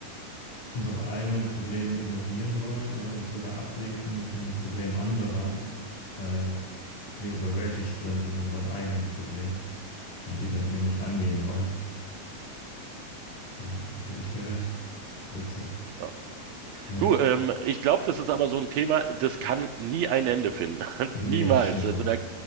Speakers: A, on the left; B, on the right.
A: unsere eigenen Probleme ignorieren wollen oder uns sogar ablenken mit den Problemen anderer, weil wir überwältigt sind mit unseren eigenen Problemen und die dann eben nicht angehen wollen. Da, da gebe ich dir recht. Witzig.
B: Ja.
A: Ja.
B: Du, ähm, ich glaube, das ist aber so ein Thema, das kann nie ein Ende finden. <laughs>
A: Nee,
B: Niemals.
A: das stimmt
B: Also
A: wohl.
B: da,